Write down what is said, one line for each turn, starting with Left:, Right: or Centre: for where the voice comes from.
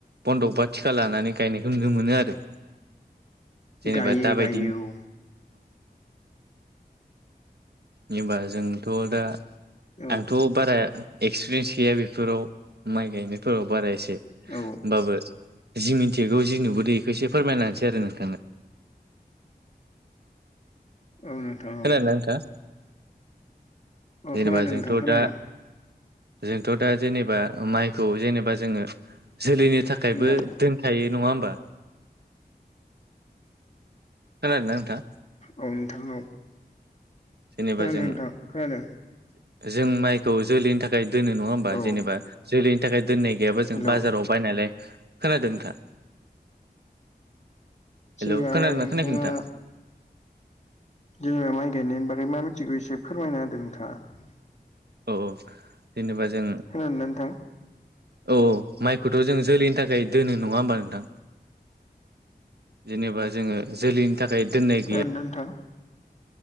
Right: बन्दक बा थिखा लानानै गायनायखौ नुनो मोनो आरो। जेनेबा
Left: गायो
Right: दाबायदि
Left: गायो औ
Right: हबा जोंथ' दा
Left: औ
Right: आंथ' बारा एक्सपिरियेन्स गैया बेफोराव माइ गायनायफोराव बारा एसे
Left: औ
Right: होमबाबो जि मिन्थियगौ जि नुबोदों बेखौ एसे फोरमायनासै आरो नोंथांनो।
Left: औ नोंथां।
Right: खोनादों
Left: औ
Right: ना नोंथां
Left: औ
Right: जेनेबा
Left: खोनादों
Right: जोंथ'
Left: नोंथां खोनादों
Right: दा जोंथ' दा जेनेबा माइखौ जेनेबा जोङो जोलैनि थाखायबो
Left: ना
Right: दोनखायो नङा होमबा खोनादोंदा नोंथां?
Left: औ नोंथां औ।
Right: जेनेबा
Left: खोनादों
Right: जों
Left: नोंथां खोनादों
Right: जों माइखौ जोलैनि थाखाय दोनो नङा होमबा
Left: औ
Right: जेनेबा जोलैनि थाखाय दोननाय गैयाबा जों
Left: हेलौ
Right: बाजाराव बायनायलाय खोनादों नोंथां।
Left: जेनेबा
Right: हेल' खोनादोंना
Left: नोंथाङा
Right: खोनायाखै नोंथा?
Left: जेनेबा माइ गायनायनि बागै मा मिथिगौ एसे फोरमायना होदों नोंथाङा।
Right: औ औ जेनेबा जों
Left: खोनादोंना नोंथां
Right: औ माइखौथ' जों जोलैनि थाखाय दोनो नङा होमबा नोंथां? जेनेबा जोङो जोलैनि थाखाय दोननाय
Left: खोनादोंना
Right: गैया
Left: नोंथां